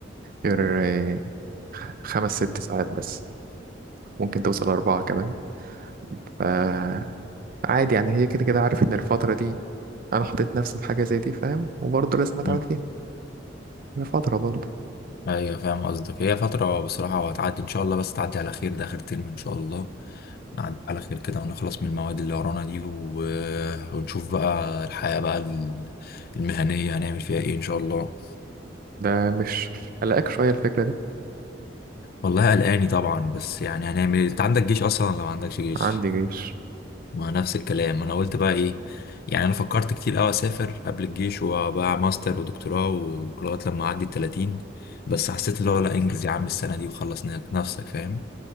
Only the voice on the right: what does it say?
غير آه، خمس ست ساعات بس ممكن توصل أربعة كمان ف عادي يعني هي كده كده عارف ان الفترة دي انا حطيت نفسي في حاجة زي دي فاهم وبرضه لازم اتعامل
فيها هي فترة برضه
ده مش قلقك شوية الفكرة دي
عندي جيش